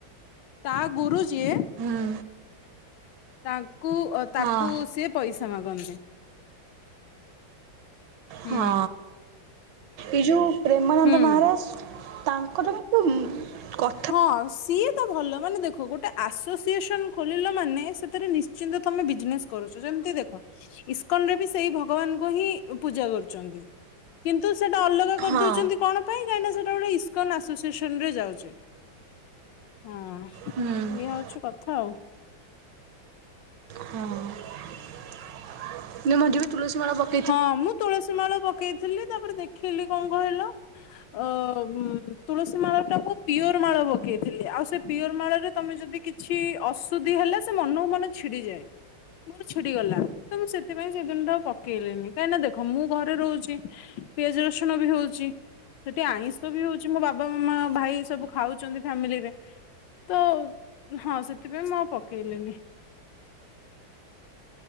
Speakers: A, on the left; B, on the right.
A: ତା ଗୁରୁ ଯିଏ
B: ହୁଁ
A: ତାଙ୍କୁ ଅ ତାକୁ
B: ହଁ
A: ସିଏ ପଇସା ମାଗନ୍ତି। ହୁଁ
B: ହଁ ଏ ଯୋଉ ପ୍ରେମାନନ୍ଦ
A: ହୁଁ।
B: ମହାରାଜ ତାଙ୍କର କିନ୍ତୁ ଉଁ କ
A: ହଁ ଶୀତ୍ ତ ଭଲ ମାନେ ଦେଖ ଗୋଟେ ଆସୋସିଏସନ୍ ଖୋଲିଲ ମାନେ ସେଥିରେ ନିଶ୍ଚିନ୍ତ ତମେ ବିଜିନେଷ୍ କରୁଛୁ ଯେମିତି ଦେଖ ଇସ୍କନ ରେ ବି ସେଇ ଭଗବାନଙ୍କୁ ହିଁ ପୂଜା କରୁଛନ୍ତି। କିନ୍ତୁ ସେଇଟା ଅଲଗା କରିଦଉଛନ୍ତି
B: ହଁ
A: କଣ ପାଇଁ କାହିଁକିନା ସେଇଟ ଗୋଟେ ଇସ୍କନ୍ ଆସୋସିଏସନ୍ ରେ ଯାଉଛି। ହଁ ଇଏ
B: ହୁଁ
A: ଅଛୁ କଥା ଆଉ।
B: ହଁ <inaudible> ନଁି ବି ତୁ ମ ମାଡ଼ ବାପା <inaudible>
A: ହଁ ମୁଁ ତୁଳସୀ ମାଳ ପକେଇଥିଲି ତାପରେ ଦେଖେଇଲିି କଣ କହିଲ ଅ ଉ ତୁଳସୀ ମାଳ ଟା ମୁ ପିଓର ମାଳ ପକେଇଥିଲି ଆଉ ସେ ପିଓର ମାଳ ରେ ତମେ ଯଦି କିଛି ଅଶୁଦ୍ଧି ହେଲା ସେ ମନକୁ ମନ ଛିଡିଯାଏ। ବୋର ଛିଡି ଗଲା ତ ମୁଁ ସେଥିପାଇଁ ସେଦିନ ଠୁ ଆଉ ପ କେଲିନି କାହିଁକି ନା ଦେଖ ମୁଁ ଘରେ ରହୁଛି ପିଆଜ ରସୁଣ ବି ହଉଛି ସେଠି ଆଇଁଷ ବି ହଉଛି ମୋ ବାବା ମାମ ଭାଇ ସବୁ ଖାଉଛନ୍ତି ଫ୍ୟାମିଲିରେ ତ ହଁ ସେଥିପାଇଁ ମୁଁ ଆଉ ପକେଇଲିଣିି।